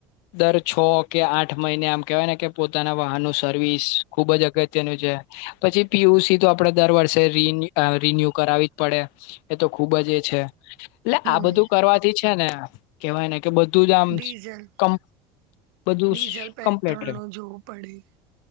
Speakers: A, on the left (about 70°); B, on the right (about 85°).
A: દર છ કે આઠ મહિને આમ કેહેવાય ને કે પોતાના વાહનનું સર્વિસ ખુબ જ અગત્યનું છે. પછી પીયુસી તો આપડે દર વર્ષે રિ અ રિન્યુ કરાવી જ પડે. એ તો ખુબ જ એ છે એટલે
B: હમ
A: આ બધું કરવાથી છે ને કેવાય ને કે બધુંજ આમ
B: ડીઝલ
A: કમ બધું
B: ડીઝલ પેટ્રોલ
A: કમ્પ્લેટ રે
B: નું જોવું પડે